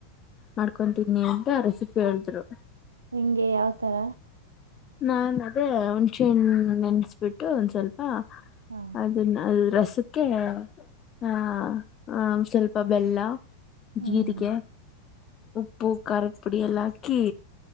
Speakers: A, on the left; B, on the right.
A: ಮಾಡ್ಕೊತಿದನಿ ಅಂತ ರೆಸಿಪಿ ಹೇಳಿದ್ರು
B: ನಿಂಗೆ ಯಾವ್ತರ.
A: ನಾ ಅದೇ ಹುಣ್ಚೆ ನೆನ್ಸ್ಬಿಟ್ಟು ಒಂದ್ ಸ್ವಲ್ಪ ಹಾ
B: ಹಾ
A: ಅದನ್ನ ಅ ರಸಕ್ಕೆ ಹ ಸ್ವಲ್ಪ ಬೆಲ್ಲ,
B: ಹ್ಮ್
A: ಜೀರಿಗೆ, ಉಪ್ಪು, ಖಾರದ, ಪುಡಿ, ಎಲ್ಲ ಹಾಕಿ,